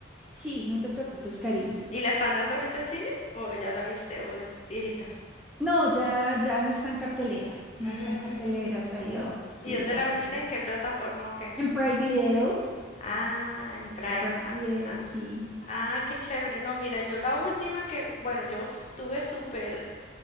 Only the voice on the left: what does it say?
¿Y la están dando ahorita en cine? ¿O ya la viste o es viejita?
Mm,
¿y dónde
la
viste? ¿En qué plataforma o qué?
Ah, en Prime.
Ah,
ah,
Ah, qué chévere. No, mira, yo la última que, bueno, yo f- estuve súper